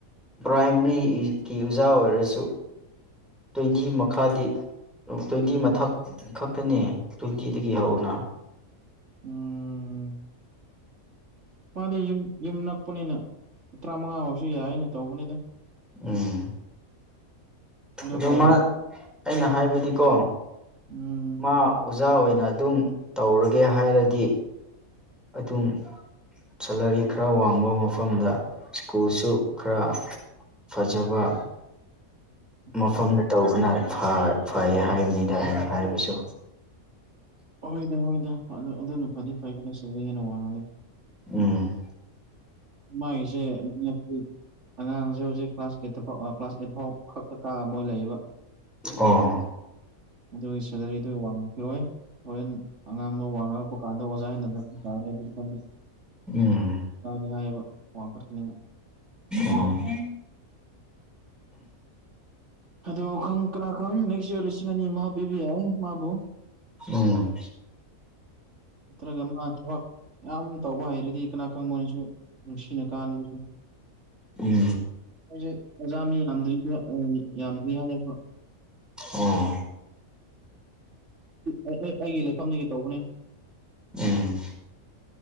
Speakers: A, in the centre; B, on the right.
A: ꯄ꯭ꯔꯥꯏꯃꯔꯤꯒꯤ ꯑꯣꯖꯥ ꯑꯣꯏꯔꯁꯨ ꯇ꯭ꯋꯦꯟꯇꯤ ꯃꯈꯥꯗꯤ ꯇ꯭ꯋꯦꯟꯇꯤ ꯃꯊꯛ ꯈꯛꯇꯅꯦ ꯇ꯭ꯋꯦꯟꯇꯤꯗꯒꯤ ꯍꯧꯅ
B: ꯎꯝ ꯃꯥꯗꯤ ꯌꯨꯝ ꯌꯨꯝ ꯅꯛꯄꯅꯤꯅ ꯇꯔꯥꯃꯉꯥ ꯑꯣꯏꯔꯖꯨ ꯌꯥꯏꯅ ꯇꯧꯕꯅꯤꯗ
A: ꯎꯝ
B: ꯑꯗꯨꯒ
A: ꯑꯗꯨ ꯃꯥ ꯑꯩꯅ ꯍꯥꯏꯕꯗꯤꯀꯣ
B: ꯎꯝ
A: ꯃꯥ ꯑꯣꯖꯥ ꯑꯣꯏꯅ ꯑꯗꯨꯝ ꯇꯧꯔꯒꯦ ꯍꯥꯏꯔꯗꯤ ꯑꯗꯨꯝ ꯁꯦꯂꯔꯤ ꯈꯔ ꯋꯥꯡꯕ ꯃꯐꯝꯗ ꯁ꯭ꯀꯨꯜꯁꯨ ꯈꯔ ꯐꯖꯕ
B: <inaudible>
A: ꯃꯐꯝꯗ ꯇꯧꯕꯅ ꯐ ꯐꯩꯌꯦ ꯍꯥꯏꯕꯅꯤꯗ ꯑꯩꯅ ꯍꯥꯏꯕꯁꯨ
B: ꯍꯣꯏꯗ ꯍꯣꯏꯗ ꯑꯗꯨꯅ ꯐꯗꯤ ꯐꯩ ꯀꯩꯅꯣ ꯁꯤ ꯍꯦꯟꯅ ꯋꯥꯡꯉꯗꯤ
A: ꯎꯝ
B: ꯃꯥꯒꯤꯁꯦ <unintelligible> ꯑꯉꯥꯡꯁꯦ ꯍꯧꯖꯤꯛ ꯀ꯭ꯂꯥꯁ ꯑꯩꯠꯇ ꯐꯥꯎ ꯀ꯭ꯂꯥꯁ ꯑꯩꯠ ꯐꯥꯎ ꯈꯛꯇ ꯀꯥꯑ ꯃꯣꯏ ꯂꯩꯕ
A: ꯑꯣ
B: ꯑꯗꯨꯒꯤ ꯁꯦꯂꯔꯤꯗꯨ ꯋꯥꯡꯉꯈꯤꯔꯣꯏ ꯍꯣꯔꯦꯟ ꯑꯉꯥꯡꯗꯣ ꯋꯥꯡꯉ ꯊꯣꯛꯄ ꯀꯥꯟꯗ ꯑꯣꯖꯥ ꯍꯦꯟꯊꯅꯤ
A: ꯎꯝ
B: <inaudible> ꯍꯥꯏꯕ ꯋꯥꯡꯈꯠꯀꯅꯤ
A: ꯑꯣ
B: ꯑꯗꯨ ꯈꯪ ꯀꯅꯥ ꯈꯪ ꯅꯦꯛꯁ ꯏꯌꯥꯔ ꯂꯤꯁꯤꯡ ꯑꯅꯤ ꯑꯃ ꯄꯤꯕ ꯌꯥꯏ ꯃꯥꯕꯨ
A: ꯎꯝ
B: ꯅꯠꯇ꯭ꯔꯒ ꯃꯥꯏ ꯊꯕꯛ ꯌꯥꯝ ꯇꯧꯕ ꯍꯩꯔꯗꯤ ꯀꯅꯥ ꯈꯪꯕꯅꯁꯨ ꯅꯨꯡꯁꯤꯅ ꯀꯥꯍꯟꯕꯁꯨ
A: ꯎꯝ
B: ꯑꯩꯁꯦ ꯑꯣꯖꯥ ꯃꯤ ꯌꯥꯝꯗ꯭ꯔꯤꯗ ꯌꯥꯝꯗ꯭ꯔꯤ ꯍꯥꯏꯌꯦꯕ
A: ꯎꯝ
B: ꯑꯩ ꯑꯩ ꯑꯩꯒꯤ ꯂꯩꯐꯝꯗꯒꯤ ꯇꯧꯕꯅꯦ
A: ꯎꯝ